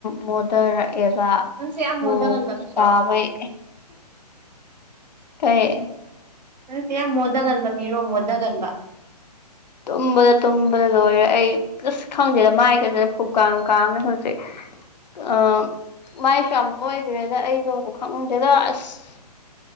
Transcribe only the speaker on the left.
ꯃꯣꯟꯗꯔꯛꯑꯦꯕ
ꯅꯣꯡ
ꯇꯥꯕꯩ ꯇ <inaudible>
ꯇꯨꯝꯕꯗ ꯇꯨꯝꯕꯗ ꯂꯣꯏꯔꯦ ꯑꯩ ꯑꯁ ꯈꯪꯗꯦꯗ ꯃꯥꯏꯒꯁꯦ ꯐꯨ ꯀꯥꯝ ꯀꯥꯝꯃꯦ ꯍꯧꯖꯤꯛ ꯑ ꯃꯥꯏꯁꯨ ꯌꯥꯝ ꯅꯣꯏꯈ꯭ꯔꯦꯗ ꯑꯩꯗꯣ ꯈꯪꯗꯦꯗ ꯑꯁ